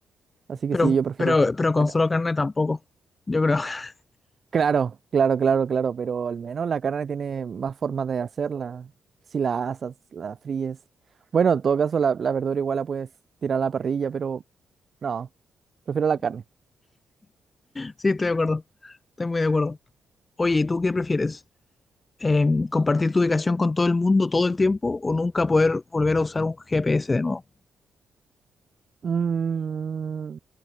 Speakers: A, on the right (about 50°); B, on the left (about 35°).
A: Así
B: Pero,
A: que sí, yo prefiero
B: pero,
A: las,
B: pero con
A: carnes.
B: solo carne tampoco. Yo creo. <laughs>
A: Claro, claro, claro, claro, pero al menos la carne tiene más formas de hacerla. Si la asas, la fríes. Bueno, en todo caso, la, la verdura igual la puedes tirar a la parrilla, pero no, prefiero la carne.
B: Sí, estoy de acuerdo. Estoy muy de acuerdo. Oye, ¿y tú qué prefieres? Eh, ¿compartir tu ubicación con todo el mundo todo el tiempo o nunca poder volver a usar un GPS de nuevo?
A: Mm,